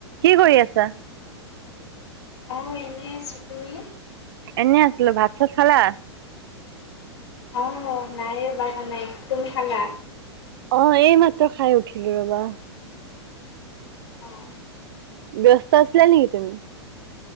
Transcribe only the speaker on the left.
অ এনেই আছোঁ তুমি?
আহ নাইয়ে ৰবা নাই তুমি খালা?
অঁ